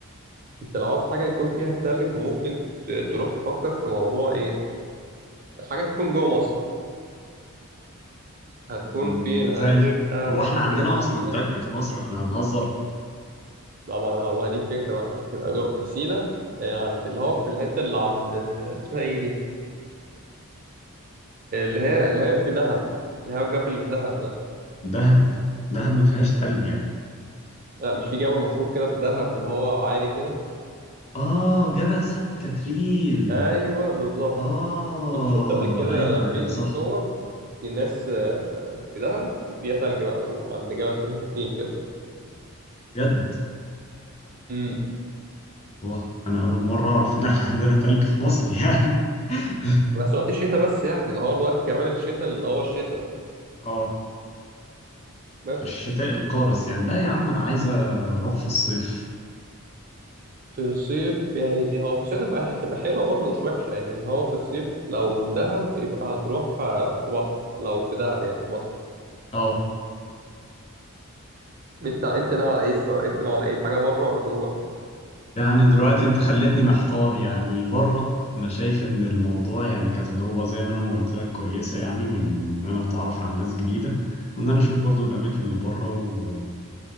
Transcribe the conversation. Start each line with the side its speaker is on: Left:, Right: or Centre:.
Right: انت لو عاوز حاجه يكون فيها تلج ممكن ت- تروح تفكر في موضوع ايه حاجه تكون جوه مصر هتكون
Left: مم،
Right: فين
Left: زي
Right: هتبقى
Left: هو احنا عندنا
Right: في سينا
Left: اصلا تلج في مصر احنا هنهزر
Right: لا ما انا هو دي الفكره بقى هتبقى جوه في سينا آه، عند اللي هو في الحته اللي عند آه، اسمها ايه دي اللي هي اللي هي في دهب اللي هو الجبل اللي في دهب ده
Left: دهب دهب ما فيهاش
Right: مم.
Left: تلج يعني
Right: لا مش في جبل مشهور كده في دهب اللي هو عالي كده
Left: اه جبل سانت كاترين
Right: ايوه بالظبط
Left: اه
Right: كنت شفت قبل كده
Left: ايوه
Right: فيديو
Left: ايوه صح
Right: صور الناس في دهب وفيها ثلج بقى فوق عند جبل سانت كاترين كده
Left: جد
Right: امم
Left: واه انا اول مره اعرف ان احنا عندنا تلج في مصر يعني <laughs>
Right: بس وقت الشتاء بس يعني اللي هو الوقت كمان الشتاء اللي هو الشتاء
Left: اه
Right: بس
Left: الشتاء القارس يعني لا يا عم انا عايز
Right: امم
Left: اروح في الصيف
Right: في الصيف يعني هو في الصيف هتبقى هتبقى حلوة برضه مش وحشة يعني هو في الصيف لو دهب يبقى هتروح آه، في بحر لو في دهب يعني في مصر
Left: اه
Right: انت انت ناوي على ايه الصراحة؟ انت ناوي على ايه حاجة بره ولا جوه
Left: يعني دلوقتي انت خلتني محتار يعني بره انا شايف ان الموضوع يعني كتجربة زي ما انا ما قلت لك كويسة يعني وان انا اتعرف على ناس جديدة وان انا اشوف برضو الاماكن اللي بره و...